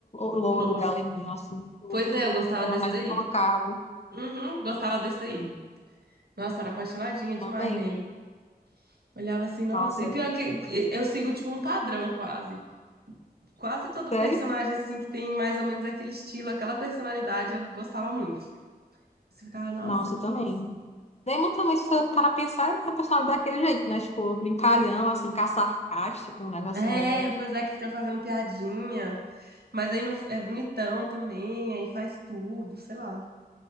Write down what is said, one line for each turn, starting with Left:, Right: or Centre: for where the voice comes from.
Left: louro,
Right: Louro.
Left: galeguinho, assim, curto,
Right: Pois é, eu
Left: que
Right: gostava
Left: era
Right: desse
Left: mais
Right: daí.
Left: embocado
Right: Uhum, gostava desse daí. Nossa, era apaixonadinha demais
Left: também.
Right: nele. Olhava assim, nossa.
Left: Nossa,
Right: E pior que que eu sigo, tipo, um padrão quase. Quase todo
Left: sério?
Right: personagem, assim, que tem mais ou menos aquele estilo, aquela personalidade, eu gostava muito. Você ficava, nossa,
Left: Nossa,
Right: que
Left: também.
Right: lindo.
Left: Damon também, se for para pensar, é um personagem daquele jeito, né? Tipo, brincalhão, assim, cá sarcástico, um negócio
Right: É,
Left: meio.
Right: pois é, que fica fazendo piadinha. Mas aí no, é bonitão também, aí faz tudo, sei lá.